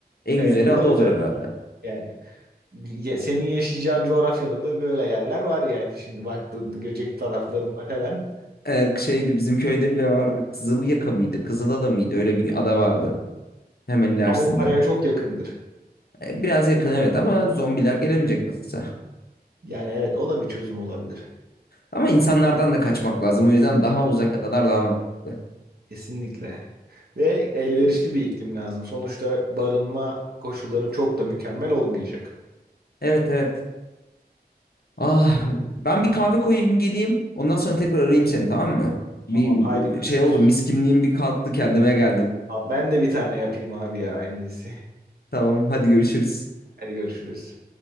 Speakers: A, on the left (about 65°); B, on the right (about 70°).
A: en
B: Evet
A: güzeli
B: o
A: ada
B: da güzel
A: olur herhalde.
B: yani. Ye- Senin yaşayacağın coğrafyada da böyle yerler var yani şimdi baktığında Göcek taraflarında falan.
A: E, e, şeydi bizim köyde bile vardı. Kızılyaka mıydı? Kızılada mıydı? Öyle bir ada vardı. Hemen ilerisinde.
B: Ama o paraya çok yakındır.
A: E, Biraz yakın evet ama zombiler gelemeyecek nasılsa.
B: Yani evet o da bir çözüm olabilir.
A: Ama insanlardan da kaçmak lazım. O yüzden daha uzak adalar daha mantıklı.
B: Kesinlikle. Ve elverişli bir iklim lazım. Sonuçta barınma koşulların çok da mükemmel olmayacak.
A: Evet evet. Ah, ben bir kahve koyayım geleyim. Ondan sonra tekrar arayayım seni tamam mı? Bir
B: Tamam
A: bir
B: haydi görüşürüz.
A: şey oldu. Miskinliğim bir kalktı kendime geldim.
B: Ben de bir tane yapayım abi ya en iyisi.
A: Tamam hadi görüşürüz.
B: Hadi görüşürüz.